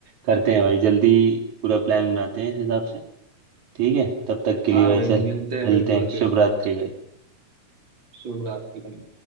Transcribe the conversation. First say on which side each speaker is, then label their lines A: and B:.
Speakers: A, on the right (about 70°); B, on the right (about 40°).
A: करते हैं भाई जल्दी पूरा प्लान बनाते हैं इस हिसाब से ठीक है तब तक के लिए
B: हाँ
A: भाई
B: भाई
A: चल
B: मिलते हैं
A: मिलते
B: बिल्कुल
A: हैं
B: फिर
A: शुभ रात्रि भाई
B: शुभ रात्रि